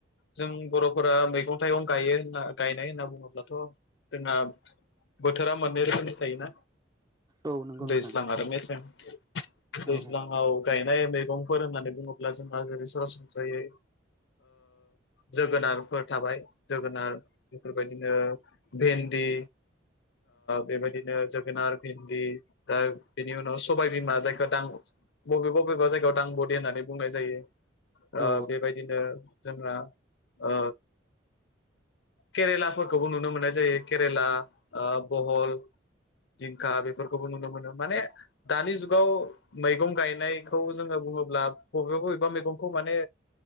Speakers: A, on the left; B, on the right.
A: जों बर'फोरा मैगं हाथायगनो गायो होनना गायनाय होनना बुङोब्लाथ' जोंना बोथोरा मोननै रोखोमनि थायोना
B: औ नंगौ
A: दैज्लां
B: नोंथां
A: आरो मेसें दैज्लांआव
B: औ
A: गायनाय मैगंफोर होननानै बुङोब्ला जोंहा जेरै सरासनस्रायै जोगोनारफोर थाबाय जोगोनार बेफोरबायदिनो भेन्दि बेबायदिनो जोगोनार भिन्दि दा बेनि उनाव सबाइबिमा जायखौ दां बबेबा बबेबा जायगायाव दां बदे होननानै बुंनाय जायो
B: औ
A: बेबायदिनो जोंना ओ केरेलाफोरखौबो नुनो मोननाय जायो केरेला बहल जिंखा बेफोरखौबो नुनो मोनो माने दानि जुगाव मैगं गायनायखौ जोङो बुङोब्ला बबेबा बबेबा मैगंखौ माने